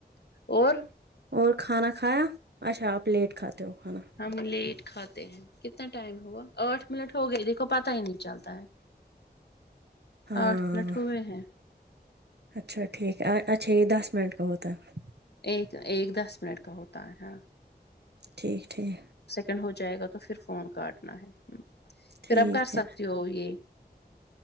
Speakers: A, on the left (about 75°); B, on the right (about 80°).
A: اور
B: اور کھانا کھایا اچھا آپ لیٹ کھاتے ہو کھانا
A: ہم لیٹ کھاتے ہیں کتنا ٹائم ہوا آٹھ منٹ ہوگئے دیکھو پتا ہی نہیں چلتا ہے
B: ہاں
A: آٹھ منٹ ہوئے ہیں
B: اچھا ٹھیک ہے اچھا یہ دس منٹ کا ہوتا ہے
A: ایک ایک دس منٹ کا ہوتا ہے ہاں
B: ٹھیک ٹھیک
A: سیکنڈ ہو جائے گا تو پھر فون کاٹنا ہے پھر
B: ٹھیک
A: اپ کر
B: ہے
A: سکتے ہو یہ